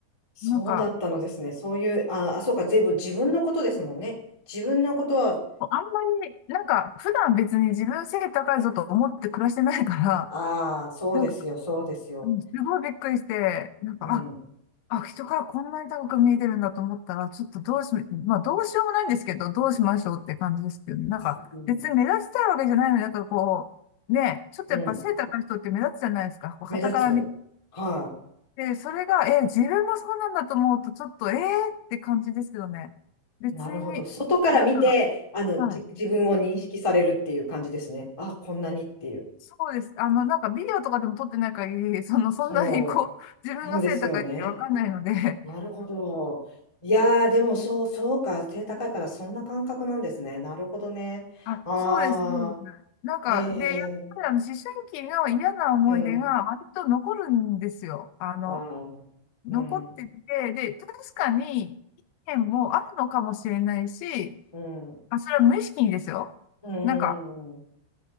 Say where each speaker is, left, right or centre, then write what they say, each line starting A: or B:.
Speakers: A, on the left (about 15°); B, on the left (about 85°).
A: そうだったのですね。
B: なんか、
A: そういう、あ、あそうか、全部自分のことですもんね。自分のことは、
B: あんまり、なんか、普段別に自分背高いぞと思って暮らしてないから、
A: ああ、そうですよ、
B: なんか、
A: そうですよ。
B: うんすごいびっくりして、なんか、
A: うん、
B: あ、あ、人からこんなに高く見えてるんだと思ったら、ちょっとどうし、まあ、どうしようもないんですけど、どうしましょうって感じですけどね、なんか、
A: うん、
B: 別に目立ちたいわけじゃないのに、なんかこう、ね、ちょっとやっぱ背高い人って目立つじゃないですか。
A: うん、
B: こう、傍から見
A: 目立つ。はい。
B: で、それが、え、自分もそうなんだと思うと、ちょっと、えーって感じですけどね。別に、
A: なるほど。外から見て、
B: なんか、
A: あの、
B: はい。
A: じ、自分を認識されるっていう感じですね。あ、こんなにっていう。
B: そうです。あの、なんかビデオとかでも撮ってない限り、<laughs> その、そんなにこう、
A: そ
B: 自分が背高いってわかんないので、
A: う、そうですよね。なるほど。いやー、でもそう、そうか。背高いからそんな感覚なんですね。なるほどね。
B: あ、
A: あ
B: そうです、そうです。なんか、
A: ー、え
B: で、やっぱりあの、思春期の嫌な思い出が割と残るんですよ。
A: ー、うん。
B: あの、
A: あー、
B: 残ってて、
A: うん、
B: で、確かに、意見もあるのかもしれないし、
A: うん、
B: あ、それは無意識にですよ。
A: うん。
B: なんか、